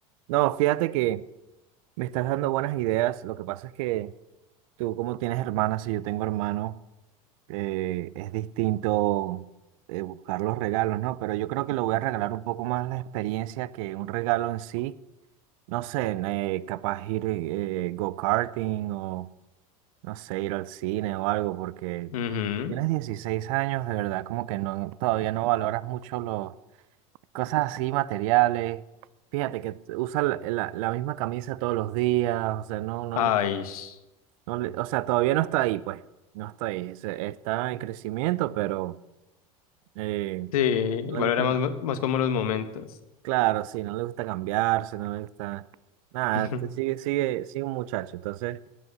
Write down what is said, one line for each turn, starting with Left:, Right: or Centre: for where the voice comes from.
Right: No, fíjate que me estás dando buenas ideas. Lo que pasa es que tú, como tienes hermanas y yo tengo hermano, eh, es distinto eh, buscar los regalos, ¿no? Pero yo creo que le voy a regalar un poco más la experiencia que un regalo en sí. No sé, eh, capaz ir eh, go-karting o, no sé, ir al cine o algo, porque
Left: Ujú.
Right: tienes 16 años, de verdad, como que no, todavía no valoras mucho los cosas así materiales. Fíjate que t- usa la, la- la misma camisa todos los días, o sea, no, no,
Left: Ay,
Right: le-
Left: sh-
Right: no le- o sea, todavía no está ahí, pues, no está ahí, se- está en crecimiento, pero eh,
Left: sí,
Right: no
Left: valoramos
Right: le gusta cam-
Left: más, más como los momentos.
Right: claro, sí, no le gusta cambiarse, no le gusta nada,
Left: <laughs>
Right: t- sigue, sigue, sigue un muchacho, entonces